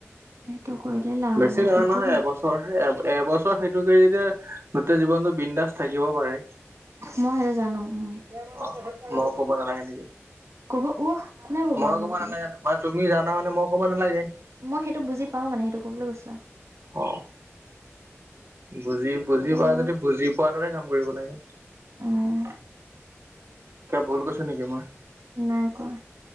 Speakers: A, on the right; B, on the right.
A: সেইটো কৰিলে লাভ
B: বেছি
A: হ'ব
B: নহয়
A: সেইটোয়ে
B: নহয় এবছৰহে এ। এবছৰ সেইটো কৰি যেতিয়া গোটেই জীৱনটো বিন্দাস থাকিব পাৰে।
A: মই সেইটো জানো উম। <unintelligible>
B: অ মই ক'ব নালাগে নেকি
A: কব উহ কোনে কব
B: মই
A: আৰু নকলে।
B: নালাগে বা তুমি জানা মানে মই ক'ব নালাগে।
A: মই সেইটো বুজি পাওঁ মানে সেইটো কবলৈ গৈছিলো।
B: অ বুজি বুজি
A: কিন্তু
B: পোৱা
A: মই
B: যদি বুজি পোৱাৰ দৰে কাম কৰিব লাগে।
A: উম
B: ভুল কৈছোঁ নেকি মই।
A: নাই কোৱা